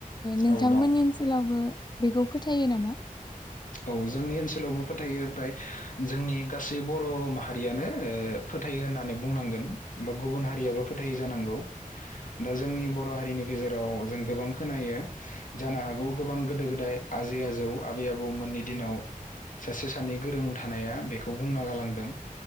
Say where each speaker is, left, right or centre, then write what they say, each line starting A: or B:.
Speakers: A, on the left; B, on the left.
A: नोंथांमोननि
B: औ दं
A: ओनसोलावबो बेखौ फोथायो नामा
B: औ जोंनि ओनसोलावबो फोथायो ओमफ्राय जोंनि गासै बर' माहारियानो ओ फोथायो होननानै बुंनांगोन बा गुबुन हारियाबो फोथायो जानांगौ दा जोंनि बर' हारिनि गेजेराव जों गोबां खोनायो जानो हागौ गोबां गोदो-गोदाय आजै-आजौ आबै-आबौ आबौ मोननि दिनाव सासे सानै गोरों थानाया बेखौ बुंना गालांदों